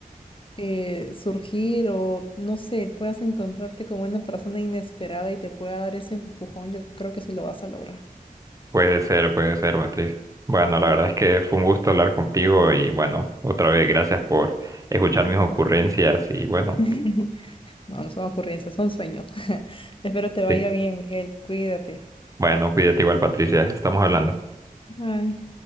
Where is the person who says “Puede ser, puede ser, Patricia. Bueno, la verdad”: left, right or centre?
Right